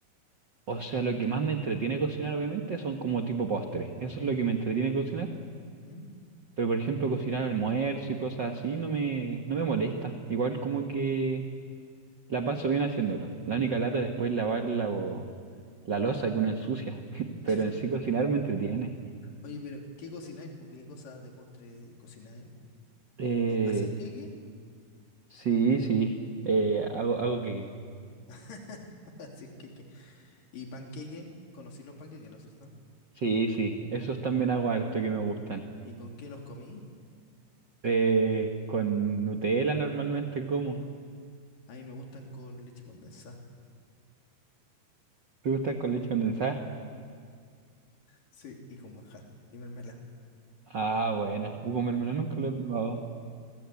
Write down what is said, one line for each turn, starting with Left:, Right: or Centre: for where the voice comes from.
Right: O sea, lo que más me entretiene cocinar, obviamente, son como tipo postres. Eso es lo que me entretiene cocinar.
Left: ¿Mm?
Right: Pero, por ejemplo, cocinar almuerzo y cosas así no me, no me molesta. Igual como que La paso bien haciéndolo. La única lata después es lavar la, bo- la loza que uno ensucia. <laughs> Pero
Left: <laughs>
Right: en sí cocinar me entretiene.
Left: Oye, pero ¿qué cocináis? ¿Por qué cosas de postre cocináis?
Right: Eh,
Left: ¿Así es que qué?
Right: sí, sí. Eh, hago, hago que.
Left: <laughs> ¿Así es que Y panqueque, conocí los panqueques, ¿no es cierto?
Right: Sí, sí. Esos también hago harto que me gustan.
Left: ¿Y con qué los comí?
Right: Eh, con Nutella normalmente como.
Left: A mí me gustan con leche condensada.
Right: ¿Te gustan con leche condensada?
Left: Sí, y con manjar. Y mermelada.
Right: Ah, buena. Uh, con mermelada nunca lo he probado.